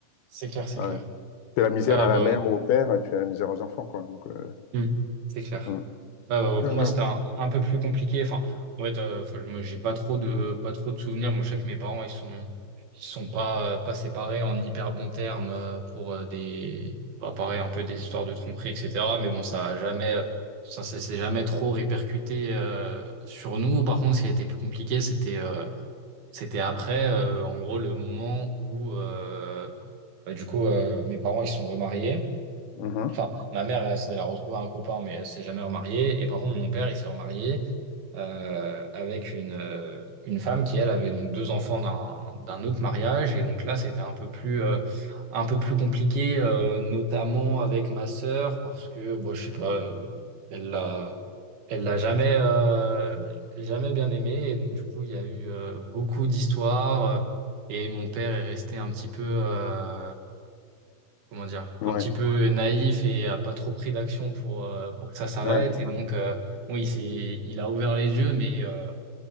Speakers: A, on the right; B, on the left.
A: C'est clair, c'est
B: Ouais.
A: clair.
B: Tu fais la misère
A: Euh,
B: à la
A: bah,
B: mère ou au père, tu fais la misère aux enfants, quoi. Donc, euh,
A: hmm, c'est clair.
B: hmm.
A: Bah, Euh,
B: Non,
A: moi,
B: non.
A: c'était un, un peu plus compliqué. Enfin, en fait, euh, enfin, moi, j'ai pas trop de, pas trop de souvenirs. Moi, je sais que mes parents, ils sont, ils sont pas, euh, pas séparés en hyper bons termes euh, pour euh, des, bah, pareil, un peu des histoires de tromperie, etc. Mais bon, ça a jamais, euh, ça s'est s'est jamais trop répercuté euh, sur nous. Par contre, ce qui a été plus compliqué, c'était, euh, c'était après, euh, en gros, le moment où, euh, bah, du coup, euh, mes parents, ils sont remariés.
B: Mhm.
A: Enfin, ma mère, elle, s'est- elle a retrouvé un copain, mais elle s'est jamais remariée. Et par contre, mon père, il s'est remarié euh, avec une, euh, une femme qui, elle, avait donc deux enfants d'un d'un autre mariage. Et donc là, c'était un peu plus, euh, un peu plus compliqué, euh, notamment avec ma sœur, parce que, bon, je sais pas, euh, elle l'a, elle l'a jamais, euh, jamais bien aimé. Et donc, du coup, il y a eu euh, beaucoup d'histoires. euh, et mon père est resté un petit peu, euh, comment dire,
B: Ouais,
A: un petit peu naïf et a pas trop pris d'action pour, euh, pour que ça s'arrête.
B: ouais,
A: Et donc, euh, bon, il s'est, il a ouvert les yeux, mais euh,